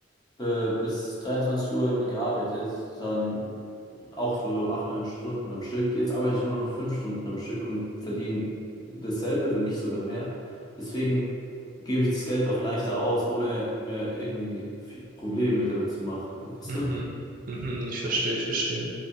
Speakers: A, on the left; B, on the right.
A: äh, bis 23 Uhr immer gearbeitet, dann auch so 8 9 Stunden am Stück. Jetzt arbeite ich nur noch 5 Stunden am Stück und verdiene dasselbe, wenn nicht sogar mehr. Deswegen gebe ich das Geld auch leichter aus, ohne mir irgendwie viel Probleme damit zu machen, weißt
B: mhm,
A: du?
B: mhm, ich verstehe, ich verstehe.